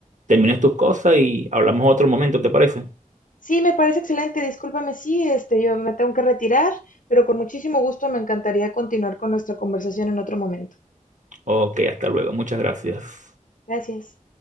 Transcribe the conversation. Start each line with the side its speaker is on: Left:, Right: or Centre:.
Right: termines tus cosas y hablamos otro momento, ¿te parece?
Left: Sí, me parece excelente. Discúlpame, sí, este, yo me tengo que retirar, pero con muchísimo gusto me encantaría continuar con nuestra conversación en otro momento.
Right: Ok, hasta luego. Muchas gracias.
Left: Gracias.